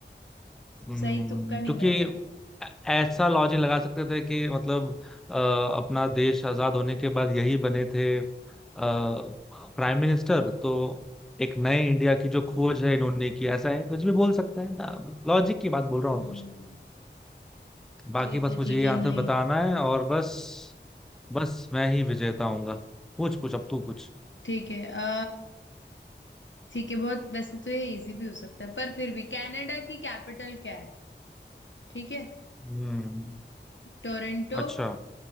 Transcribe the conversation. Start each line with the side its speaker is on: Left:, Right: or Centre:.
Centre: हम्म,
Left: सही तुक्का नहीं
Centre: क्योंकि
Left: बैठा
Centre: ऐ- ऐसा लॉजिक लगा सकते थे कि मतलब अ, अपना देश आजाद होने के बाद यही बने थे प्राइम मिनिस्टर तो एक नए इंडिया की जो खोज है इन्होंने की ऐसा है कुछ भी बोल सकते हैं ना लॉजिक की बात बोल रहा हूँ
Left: हम्म
Centre: और कुछ नहीं। बाकी
Left: ठीक
Centre: बस
Left: है
Centre: मुझे
Left: ठीक
Centre: ये
Left: है
Centre: आंसर
Left: नहीं
Centre: बताना है और बस बस मैं ही विजेता हूंगा पूछ पूछ अब तू पूछ
Left: ठीक है आ ठीक है बहुत वैसे तो ये इजी भी हो सकता है पर फिर भी कनाडा की कैपिटल क्या है ठीक है
Centre: हम्म
Left: टोरंटो
Centre: अच्छा